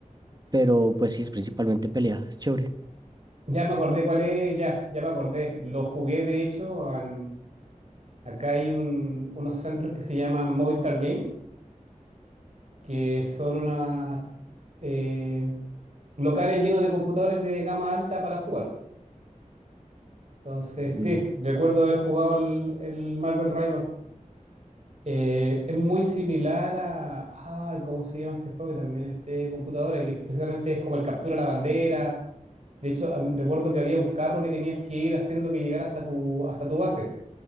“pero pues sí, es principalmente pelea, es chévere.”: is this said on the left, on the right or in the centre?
Right